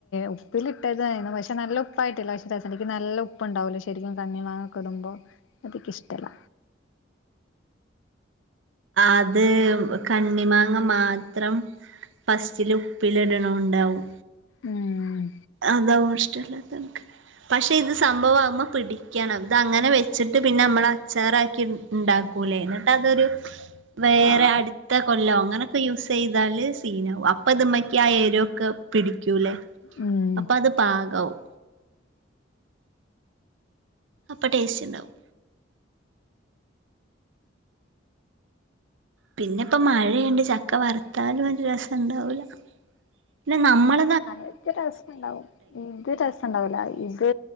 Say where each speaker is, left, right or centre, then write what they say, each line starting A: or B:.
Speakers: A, on the left; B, on the right.
A: ഉപ്പിലിട്ടതായിരുന്നു. പക്ഷെ നല്ല ഉപ്പായിട്ടില്ല അക്ഷദസക്ക് നല്ല ഉപ്പ ഉപ്പ് ഉണ്ടാവല്ലോ ശരിക്കും കണ്ണി മാങ്ങടുമ്പോ അതിനിക്ക് ഇഷ്ടല്ല.
B: അത് കണ്ണി മാങ്ങ മാത്രം. ഫസ്റ്റില് ഉപ്പില് ഇടണണ്ടാവും
A: ഉം
B: അതവും ഷ്ടല്ല. തക് പക്ഷെ ഇത് സംഭവം തിമ്മേ പിടിക്കണം. ഇത് അങ്ങനെ വെച്ചിട്ട് പിന്നെ നമ്മൾ അച്ചാറാക്കി. ഉണ്ടാക്കൂലോ എന്നിട്ട് അതൊരു വേറെ
A: ആഹ്
B: അടു ത്ത കൊല്ലം അങ്ങനെയൊക്കെ യൂസ് ചെയ്താൽ സീനാകും അപ്പോം ഇത് മക്ക് ആ എരുക്കെ പിടിക്കൂല്ലേ.
A: ഉം
B: അപ്പൊ അത് പാകവും. അപ്പോ ടേസ്റ്റ്ണ്ടാവും. പിന്നെ ഇപ്പമഴയായൊണ്ട്. ചക്ക വറുത്താലും നല്യാരസണ്ടാവൂല്ല. പിന്നെ നമ്മൾ.
A: ആത് രസണ്ടാവും ഇത് രസണ്ടാവല ഇത്